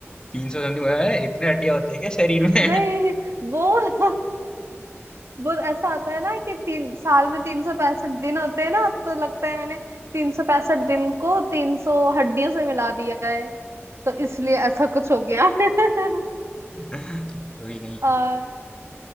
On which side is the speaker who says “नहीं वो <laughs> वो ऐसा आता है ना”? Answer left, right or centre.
Right